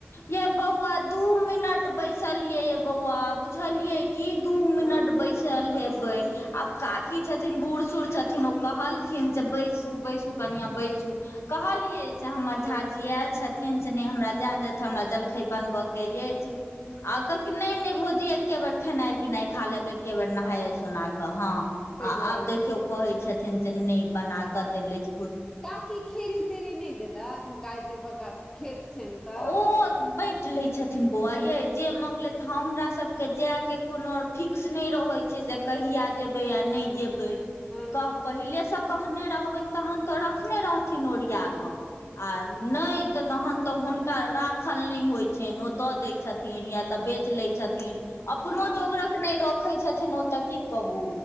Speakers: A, on the left; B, on the left.
A: ये बऊआ दू मिनट ट बैसलियै ये बौआ बुझलियै की दू मिनट
B: हँ
A: बैसल हेबे आब काकी छथिन बूढ़ सूढ़ छथिन ओ कहलखिन जे बैसू बैसू कनियाँ बैसू कहलियै से हमर
B: हँ
A: झााजी आयल छथिन से नहि हमरा जाय दत तऽ हमरा जलखै बनबऽके अछि
B: हूँ
A: आ कहलकिन नहि-नहि भोजी एके बेर खेनाइ पिनाइ खा लेबे के बेर नहाय
B: बताउ
A: सोना क हाँ,
B: ताहि
A: आ
B: दुआरे
A: आब देखियो कहे छथिन जे नऽ बना क देलैत
B: ताकि खेरी तेड़ी नहि देलत हुनका एते बड़का खेत छियनि तऽ
A: ओ बै लै छथिन बौआ यै जे माँगलै तऽ हमराासब के जायके कोनो फिक्स नहि रहैत छै जे कहिय जेबै आ नहि
B: हँ
A: जेबै
B: हँ
A: कह पहिलेसँ कहने रहबनि तहन तऽ रखने रहथिन ओरिया कऽ आ नहि तऽ तहन तऽ हुन हुनका राखल नहि होइत छनि ओ दऽ दैत छथिन या तऽ बेच लैत छथिन अपनो
B: हँ
A: जोगरक नहि रखै छथिन ओतऽ की कहू,